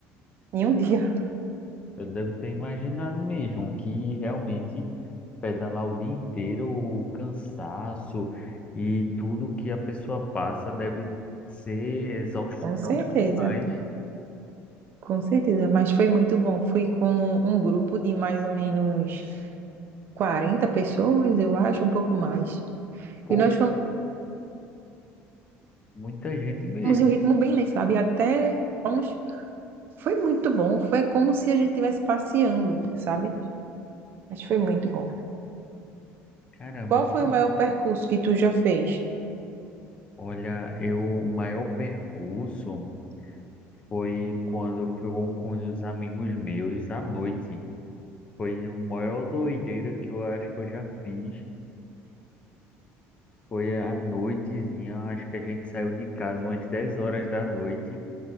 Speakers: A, on the right (about 50°); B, on the left (about 25°).
A: Em um dia,
B: Eu devo ter imaginado mesmo que realmente pedalar o dia inteiro, o cansaço e tudo que a pessoa passa deve ser exaustivo
A: <laughs> com certeza,
B: demais.
A: com certeza. Mas foi muito bom. Fui com um grupo de mais ou menos 40 pessoas, eu acho, um pouco mais.
B: Poxa,
A: E nós
B: muita gente mesmo.
A: fomos em um ritmo bem lento, sabe? Até fomos. Foi muito bom. Foi como se a gente estivesse passeando, sabe? Mas foi muito bom.
B: Caramba,
A: Qual
B: que...
A: foi o maior percurso que tu já fez?
B: olha, eu, o maior percurso foi quando eu fui com com os amigos meus à noite. Foi a maior doideira que eu acho que eu já fiz. Foi à noitezinha, acho que a gente saiu de casa umas 10 horas da noite.